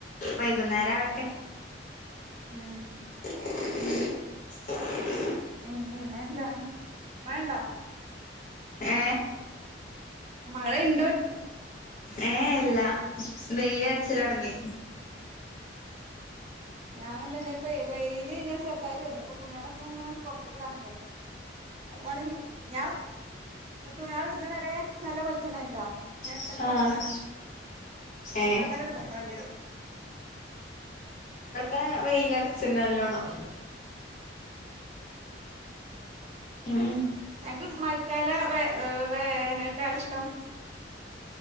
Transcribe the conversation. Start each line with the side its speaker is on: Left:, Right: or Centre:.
Left: വൈകുന്നേരം ആവട്ടെ
Right: ഉം
Left: <inaudible>
Right: ഉം ഉം എന്താ മഴണ്ടോ
Left: ഏ
Right: മഴ ഇണ്ടോ ചോയ്ച്ച
Left: ഏ എല്ലാ വെയില അരച്ചില തുടങ്ങി
Right: ഞാൻന്നെപ്പൊ വെയില് ഇങ്ങനെ ചെറുതായി വരണ്ട് അപ്പ തുണികളൊക്കെ ഇങ്ങനെ പുറത്തിടാറങ്ങേ വേണങ്കി ഞാൻ തുണികൾ ഇടുന്ന വരെ ഹലോ വിളിച്ചണ്ടേ കേട്ടോ ട്ടപ്പ
Left: ആഹ്
Right: ഒന്ന് മങ്ങി
Left: ഏ
Right: ഇപ്പത്തന്നെ എടുത്തിടേണ്ടി വരും
Left: ഇ വെയിലറച്ചിന്റെ നല്ലോണം ഉം
Right: ഞക്ക് മഴക്കാല വേർ വേനൽക്കാല ഇഷ്ടം